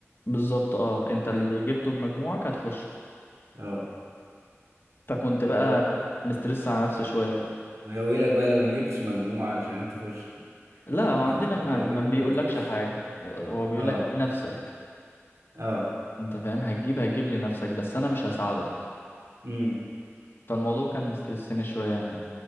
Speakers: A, on the left; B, on the right.
A: بالظبط اه انت اللي
B: ايوه
A: جبته بمجموعك هتخش
B: اه
A: فكنت بقى
B: ولو
A: م- مسترس على نفسي شويه بقى
B: ويا ويلك بقى لو ما جبتش مجموع علشان تخش
A: لا هو
B: يعني
A: عندنا
B: انت
A: ما,
B: لا
A: <laughs> ما
B: جبت
A: بيقولكش
B: هتخش
A: حاجه هو بيقولك
B: اه
A: لنفسك
B: اه
A: انت فاهم هتجيب هتجيب لنفسك بس انا مش هساعدك
B: امم
A: فالموضوع كان مسترسني شويه يعني